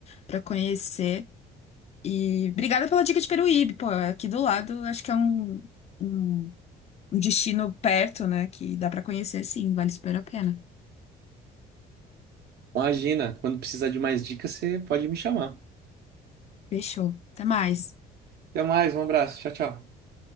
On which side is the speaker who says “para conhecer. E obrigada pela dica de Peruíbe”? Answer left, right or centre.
Left